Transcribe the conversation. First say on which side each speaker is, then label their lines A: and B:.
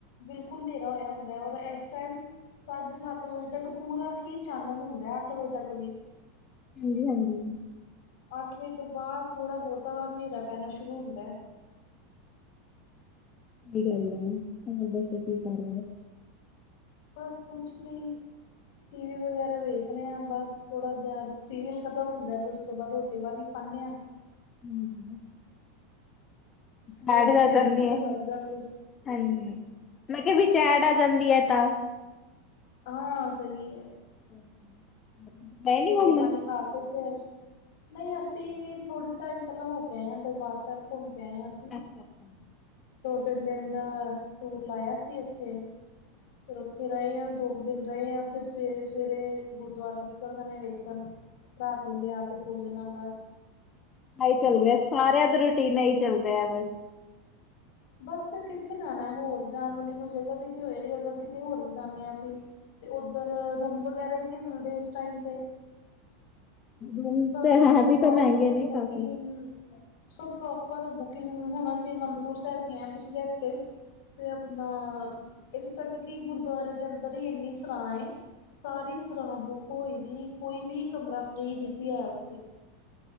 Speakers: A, on the left; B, on the left.
A: ਬਿਲਕੁਲ ਹਨੇਰਾ ਹੋਇਆ ਹੁੰਦਾ ਔਰ ਇਸ ਟਾਈਮ ਸਾਢੇ ਸੱਤ ਵਜੇ ਤੱਕ ਪੂਰਾ ਹੀ ਚਾਨਣ ਹੁੰਦਾ ਅੱਠ ਵਜੇ ਤੱਕ ਵੀ।
B: ਹਾਂਜੀ ਹਾਂਜੀ।
A: ਅੱਠ ਵਜੇ ਤੋਂ ਬਾਅਦ ਥੋੜ੍ਹਾ ਬਹੁਤਾ ਹਨੇਰਾ ਪੈਣਾ ਸ਼ੁਰੂ ਹੁੰਦਾ।
B: ਸਹੀ ਗੱਲ ਏ। ਬਸ ਕੀ ਕਰ
A: ਬਸ ਕੁਛ ਨਹੀਂ ਟੀ ਵੀ ਵਗੈਰਾ ਵੇਖ ਰਹੇ ਹਾਂ ਬਸ। ਥੋੜ੍ਹਾ ਜਿਹਾ ਸੀਰੀਅਲ ਖਤਮ ਹੁੰਦਾ ਤੇ ਉਸ ਤੋਂ ਬਾਅਦ ਰੋਟੀ-ਪਾਣੀ ਖਾਣੇ ਆ।
B: ਹਮ
A: ਫੇਰ
B: ਡੈਡੀ
A: ਆਪਣੀ
B: ਆ ਜਾਂਦੇ
A: ਡਿਊਟੀ ਤੇ
B: ਆ
A: ਲੱਗ ਜਾਗੇ
B: ਹਾਂਜੀ। ਮੈਂ ਕਿਹਾ ਵਿੱਚ ਐੱਡ ਆ ਜਾਂਦੀ ਏ ਤਾਂ
A: ਹਾਂ ਸਹੀ ਏ।
B: <inaudible>
A: ਬਸ
B: ਗਏ ਨੀ
A: ਰੋਟੀ
B: ਘੁੰਮਣ
A: ਪਾਣੀ ਖਾ ਕੇ ਫਿਰ ਨਹੀਂ ਅਸੀਂ ਥੋੜ੍ਹੇ ਟਾਈਮ ਪਹਿਲਾਂ ਹੋ ਕੇ ਆਏ ਆ ਦਰਬਾਰ ਸਾਹਿਬ ਘੁੰਮ ਕੇ ਆਏ ਆ ਅਸੀ।
B: ਅੱਛਾ ਅੱਛਾ।
A: ਤਿੰਨ ਦਿਨ ਦਾ ਟੂਰ ਲਾਇਆਂ ਸੀ ਉੱਥੇ ਫ਼ੇਰ ਉੱਥੇ ਰਹੇ ਆ ਦੋ ਕੁ ਦਿਨ ਰਹੇ ਆ ਫ਼ਿਰ ਸਵੇਰੇ-ਸਵੇਰੇ ਗੁਰਦੁਆਰੇ ਨਿਕਲ਼ ਜਾਣੇ ਆ ਵੇਖਣ। ਰਾਤ ਵੇਲੇ ਆ ਕੇ ਸੋ ਜਾਣੇ ਆ ਬਸ।
B: ਏਹੀ ਚੱਲ ਰਿਹਾ ਸਾਰਿਆਂ ਦੇ ਰੂਟੀਨ ਈ ਚੱਲ ਰਿਹਾ ਬਸ।
A: ਬਸ ਫ਼ੇਰ ਕਿੱਥੇ ਜਾਣਾ ਹੋਰ ਜਾਣ ਵਾਲੀ ਕੋਈ ਜਗ੍ਹਾ ਵੀ ਤੇ ਹੋਏ ਅਗਰ ਕਿਤੇ ਹੋਰ ਵੀ ਜਾਣੇ ਆ ਅਸੀਂ ਤੇ ਉੱਧਰ ਰੂਮ ਵਗੈਰਾ ਈ ਨੀ ਮਿਲਦੇ ਇਸ ਟਾਈਮ ਤੇ
B: ਰੂਮ
A: ਸਭ
B: ਤੇ ਹੈ ਵੀ
A: ਪ੍ਰੋਪਰ
B: ਤਾਂ ਮਹਿੰਗੇ ਨੇ
A: ਬੁਕਿੰਗ
B: ਕਾਫੀ
A: ਸਭ ਪ੍ਰੋਪਰ ਬੁਕਿੰਗ ਹੁਣ ਅਸੀਂ ਅਨੰਦਪੁਰ ਸਾਹਿਬ ਗਏ ਆ ਪਿਛਲੇ ਹਫ਼ਤੇ ਤੇ ਆਪਣਾ ਇੱਥੋਂ ਤੱਕ ਕਿ ਗੁਰਦੁਆਰੇ ਦੇ ਅੰਦਰ ਈ ਇੰਨੀ ਸਰਾਂ ਏ ਸਾਰੀ ਸਰਾਂ ਬੁੱਕ ਹੋਈ ਦੀ ਕੋਈ ਵੀ ਕਮਰਾ ਫ੍ਰਰੀ ਨੀ ਸੀ ਹੈ ਉੱਥੇ।